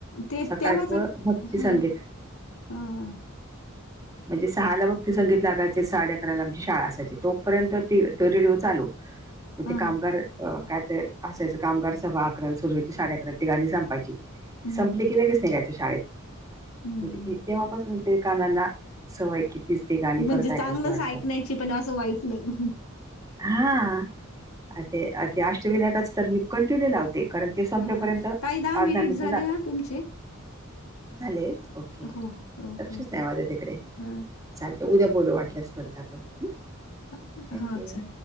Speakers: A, on the left (about 85°); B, on the right (about 15°).
A: ते
B: सकाळचं
A: तेव्हाच
B: भक्ती संगीत
A: ह. हा.
B: म्हणजे सहाला भक्ती संगीत लागायचे साडे अकरा ला आमची शाळा असायची तोपर्यंत तो ते रेडिओ चालू. मग
A: हा
B: ते कामगार अ काय तर असायचं कामगार सभा अकराला सुरु व्हायची साडे अकराल तो गाणी संपायची
A: हम्म
B: संपली की लगेच नीघायचं शाळेत.
A: हम्म
B: तेव्हापासून ते कानाला सवय की तीच ती गाणी
A: म्हणजे
B: परत ऐकायची
A: चांगलंच
B: वाटतात.
A: ऐकण्याची पण असं वाईट नाही.
B: हां ते, अष्टविनायकाच तर मी कंटिन्यू लावते, कारणऽ ते संपेपर्यंत
A: हा
B: पाच
A: ताई मिनिट
B: दहा मिट
A: झाले
B: जातात.
A: ना तुमचे
B: झाले ओके लक्षच
A: हो हो ओके
B: नाही माझ तिकडे.
A: हा
B: चालत उद्या
A: चालेल
B: बोलू वाटल्यास परत आपण हम्म
A: हा
B: थँक्यू.
A: चालेल